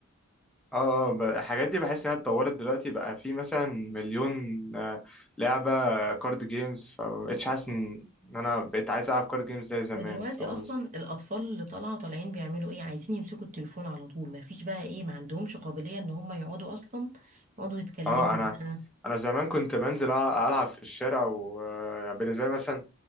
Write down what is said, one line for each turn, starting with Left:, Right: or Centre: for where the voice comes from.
Centre: اه ب- الحاجات دي بحس انها اتطورت دلوقتي بقى في مثلا مليون آه، لعبة كارد جيمز فمبقتش حاسس ان إن انا بقيت عايز العب كارد جيمز زي زمان
Right: ودلوقتي
Centre: فاهم
Right: اصلا
Centre: قصدي؟
Right: الاطفال اللي طالعه طالعين بيعملوا ايه عايزين يمسكوا التليفون على طول ما فيش بقى ايه ما عندهمش قابليه ان هم يقعدوا اصلا يقعدوا يتكلموا
Centre: اه انا
Right: بقى
Centre: انا زمان كنت بنزل أع- العب في الشارع وبالنسبة لي مثلا